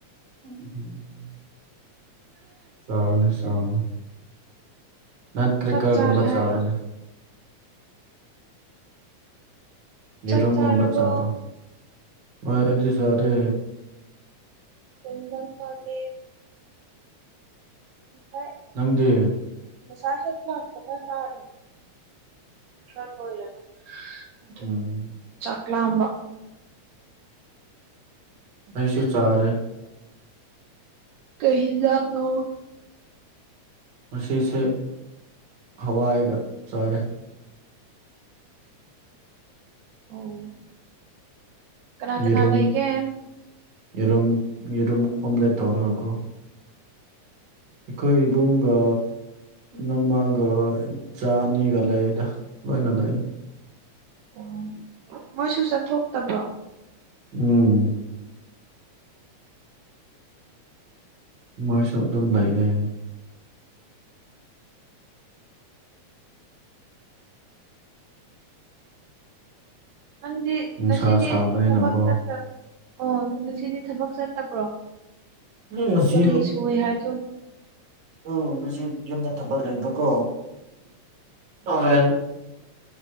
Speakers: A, on the right; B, on the right.
A: ꯎꯝ <unintelligible> ꯆꯥꯎꯅꯦ ꯆꯥꯎꯅꯦ ꯅꯠ ꯀ꯭ꯔꯤꯀꯔꯒꯨꯝꯕ
B: ꯆꯥꯛ ꯆꯥꯔꯦ
A: ꯆꯥꯔꯨꯅꯦ
B: ꯍꯥꯏꯔꯣ
A: ꯌꯦꯦꯔꯣꯝꯒꯨꯝꯕ
B: ꯆꯥꯛ ꯆꯥꯔꯕꯣ
A: ꯆꯔꯣ ꯑꯣ ꯑꯩꯗꯤ ꯆꯔꯦ
B: ꯀꯩꯅꯖꯥꯡꯁꯒꯦ ꯑꯁꯥꯏ
A: ꯅꯪꯗꯤ
B: ꯃꯁ ꯍ ꯀꯂ ꯄꯨꯒ ꯇꯥꯔꯦ ꯈꯔ ꯂꯣꯏꯔꯒ ꯑꯗꯨ
A: ꯎꯝ
B: ꯆꯥꯛ ꯂꯥꯝꯕ
A: ꯑꯩꯁꯨ
B: ꯑꯗꯨꯒꯤ
A: ꯆꯥꯔꯦ
B: ꯀꯩ ꯍꯤꯟꯖꯥꯡꯅꯣ
A: ꯃꯁꯤꯁꯦ ꯍꯋꯥꯏꯒ ꯆꯥꯔꯦ
B: ꯑꯣ ꯀꯅꯥ
A: ꯌꯦꯔꯝ
B: ꯀꯅꯥ ꯂꯩꯒꯦ
A: ꯌꯦꯔꯝ ꯌꯦꯔꯨꯝ ꯀꯨꯝꯂ ꯇꯧꯔꯀ ꯑꯩꯈꯣꯏ ꯏꯕꯨꯡꯒ ꯅꯃꯒ ꯥꯅꯤꯒ ꯂꯩ ꯂꯣꯏꯅ ꯂꯩꯣꯏ
B: ꯎꯝ ꯃꯣꯏꯁꯨ ꯆꯠꯊꯣꯛꯇꯕ꯭ꯔꯣ
A: ꯎꯝ ꯃꯣꯏ ꯁ ꯑꯗꯨꯝ ꯂꯥꯏꯔꯦ
B: ꯅꯪꯗꯤ
A: ꯅꯨꯡꯁꯥ
B: ꯉꯁꯤꯗꯤ
A: ꯁꯥꯕꯅꯤꯅꯀꯣ
B: ꯊꯕꯛ ꯆꯠꯇ ꯑꯣ ꯉꯁꯤꯗꯤ ꯊꯕꯛ ꯆꯠꯇꯕ꯭ꯔꯣ
A: ꯉꯁꯤ
B: ꯁꯨꯒꯂꯤ ꯁꯨꯑꯦ ꯍꯥꯏꯗꯣ
A: ꯎ ꯉꯁꯤ ꯌꯨꯝꯗ ꯊꯕꯛ ꯂꯩꯕꯀꯣꯚꯦꯟ